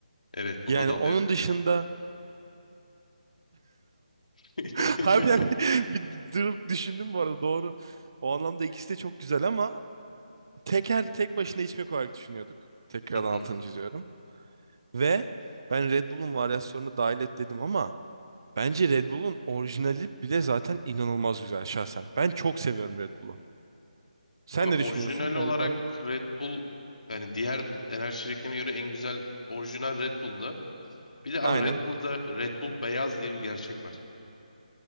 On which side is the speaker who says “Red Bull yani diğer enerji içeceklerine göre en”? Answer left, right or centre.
Left